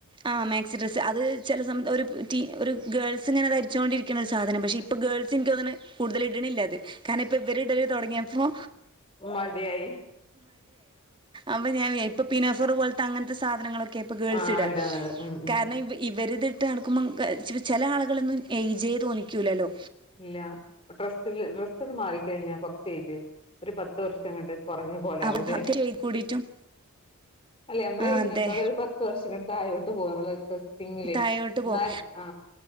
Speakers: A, on the right; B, on the left.
A: ആഹ് മേ ച് ഡ്രെസ്സ് അത് ചെല് സമത് ഒരു പ് ട്ടീ ഒരു ഗേൾസിങ്ങെനെ ധര്ച്ചോണ്ട് രിക്ക്ണ ഒരു സാധനം. പക്ഷെ ഇപ്പൊ ഗേൾസ് ഇൻകോന്ന്ണെ ന്നെ കൂടുതല് ഇട്ണില്ലാത്. കാരണം ഇപ്പോ ഇവര് ഇടൽ തൊടങ്ങിയപ്പോ
B: മടിയായി
A: അപ്പ ഞൻ ഇപ്പ പിനെഫർ പോലത്തെ അങ്ങനത്തെ സാധനങ്ങളൊക്കെ പ്പ ഗേൾസ്
B: ആഹ്
A: ഇടാം
B: ഇടാറ് ഉം ഉം
A: കാരണം ഇവരിത് നടക്കുമ്പോ ചില ആളുകളൊന്നും ഇജയ തോിക്കൂലല്ലോ
B: ഇല്ല ഡ്രസ്സിില് ഡ്രസ്സൽ മാറിക്കഴിഞ്ഞ കൊറച്ച ജ് ഒരു പത്ത് വർഷം അങ്ങട്ട് കുറഞ്ഞ പോലൊവലേ
A: അപ്പൊ അത്രയായി കൂടിട്ടും
B: അല്ലേ നമ്മളെ
A: ആ
B: ഇതിനേക്കാള
A: അതെ
B: ഒരു പത്ത് വർഷ കത്ത് ആായിോട്ട് പോക നമ്മള് ഡ്രസിങ്ങില്
A: താഴോട്ട്
B: എന്നാൽ
A: പോവും
B: ആ